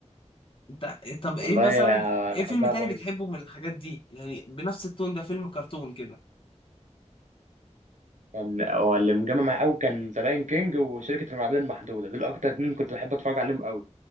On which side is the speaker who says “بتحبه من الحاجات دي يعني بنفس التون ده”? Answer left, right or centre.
Left